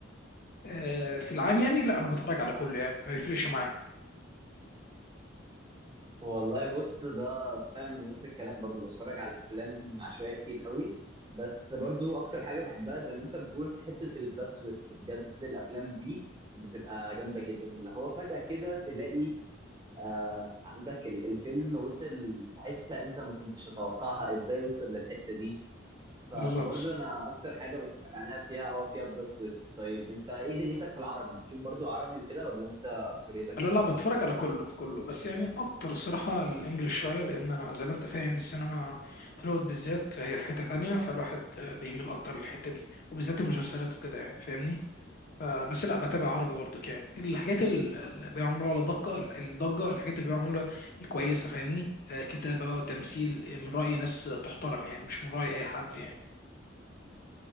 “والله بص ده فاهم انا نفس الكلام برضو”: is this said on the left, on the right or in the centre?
Right